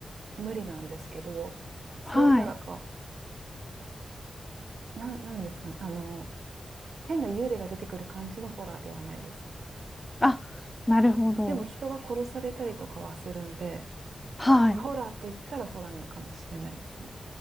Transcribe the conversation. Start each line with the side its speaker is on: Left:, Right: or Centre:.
Right: 無理なんですけど、そういう、
Left: はい。
Right: なんかこう、なん、なんですかね。あの、変な幽霊が出てくる感じのホラーではないです。
Left: あ、なるほど。
Right: でも人が殺されたりとかはするんで、
Left: はい。
Right: まあホラーと言ったらホラーなのかもしれないですね。